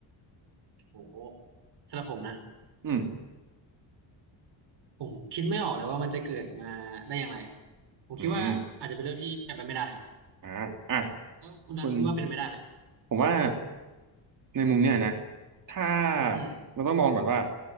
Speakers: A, on the right (about 60°); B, on the right (about 45°).
A: โอ้โหสำหรับผมนะ
B: อืม
A: ผมคิดไม่ออกเลยว่ามันจะเกิดมาได้อย่างไรผมคิดว่าอาจจะเป็นเรื่องที่เป็นไปไม่ได้ครับ
B: อืม อ่าอ่ะ
A: แล้วคุณดับคิดว่าเป็นไปได้ไหม
B: คุณผมว่าในมุมเนี้ยนะ ถ้า
A: อืม
B: เราต้องมองก่อนว่า